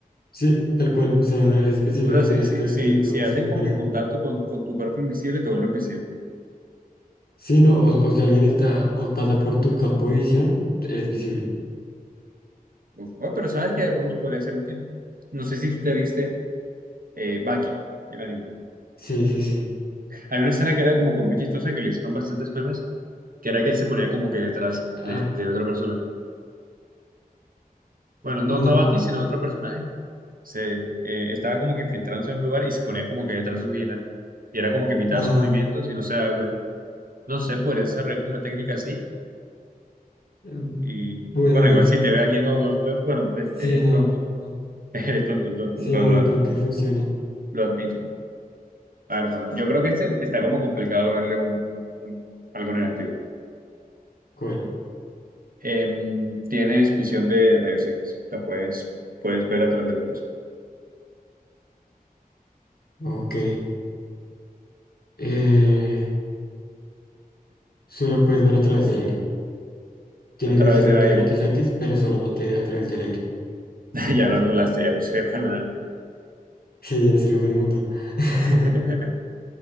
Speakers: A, on the left; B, on the right.
A: Sí, tal cual. O sea, eres invisible
B: O sea,
A: cuando
B: si,
A: nadie
B: si,
A: te ve,
B: si,
A: entonces no,
B: si
A: no
B: hacen
A: sirve
B: como
A: para
B: que
A: nada.
B: contacto con, con tu cuerpo invisible, te vuelves invisible.
A: Sí, no, o, o si alguien está o pasa por tu campo de visión, eres visible.
B: Uf, oh, pero sabes que de pronto podría ser útil. No sé si tú te viste eh, Baki, el anime.
A: Sí, sí, sí.
B: Hay una escena que era como que muy chistosa que le hicieron bastantes memes, que era que él se ponía como que detrás
A: Ah,
B: de, de otra persona. Bueno, no,
A: no.
B: no Bucky, sino otro personaje. Se, eh, estaba como que infiltrándose en un lugar y se ponía como que detrás de un vigilante. Y era como que imitaba
A: Ah,
B: sus movimientos y no se daba cuenta. No sé, podría desarrollar como una técnica así.
A: mm,
B: Y
A: bueno,
B: bueno,
A: bueno.
B: igual si te ve alguien, no, no- no- bueno, este,
A: Sí,
B: es
A: no.
B: tonto.
A: no.
B: <laughs> Es tonto, es tonto,
A: Sí,
B: lo,
A: no,
B: lo-
A: no creo que funcione.
B: lo admito. A ver, bueno, yo creo que este está como complicado verle un, un- algo negativo.
A: ¿Cuál?
B: em, tienes visión de rayos X. O sea, puedes, puedes ver a través de las cosas.
A: Ok. Eh, solo puedes ver a través del aire. Tiene
B: A través
A: visión
B: del aire.
A: de rayos X, pero solamente a través del aire. <laughs>
B: <laughs> Ya lo anulaste, ya no sirve para nada.
A: Sí, ya no sirve para inmunda. <laughs>
B: <laughs>